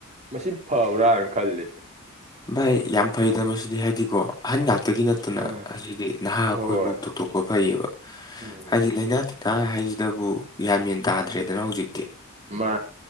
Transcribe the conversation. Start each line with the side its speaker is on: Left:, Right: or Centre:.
Right: ꯃꯁꯤ ꯐꯕ꯭ꯔꯥꯅ ꯈꯜꯂꯤ
Left: ꯚꯥꯏ ꯌꯥꯝ ꯐꯩꯗ ꯃꯁꯤꯗꯤ ꯍꯥꯏꯗꯤꯀꯣ ꯑꯍꯟ ꯉꯥꯛꯇꯒꯤ ꯅꯠꯇꯅ
Right: ꯑ
Left: ꯑꯁꯤꯗꯤ ꯅꯍꯥ ꯑꯩꯈꯣꯏꯕꯨ
Right: ꯍꯣꯏ ꯍꯣꯏ
Left: ꯇꯣꯛꯇꯣꯛꯄ ꯐꯩꯌꯦꯕ
Right: ꯎꯝ
Left: ꯍꯥꯏꯗꯤ ꯂꯩꯅꯥꯠ ꯅꯍ ꯍꯥꯏꯁꯤꯗꯕꯨ ꯌꯥꯝꯃꯟ ꯇꯥꯗ꯭ꯔꯦꯗꯅ ꯍꯧꯖꯤꯛꯇꯤ
Right: ꯃꯥ